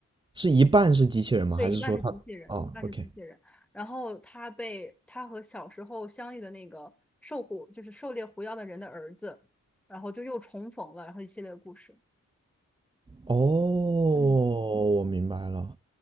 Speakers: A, on the right; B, in the centre.
A: 是一半是机器人吗？
B: 对，
A: 还是说它？
B: 一半是机器人，
A: 哦，OK，
B: 一半是机器人。然后他被他和小时候相遇的那个狩狐，就是狩猎狐妖的人的儿子，然后就又重逢了，然后一系列的故事。
A: 哦，
B: 嗯，
A: 我明白了。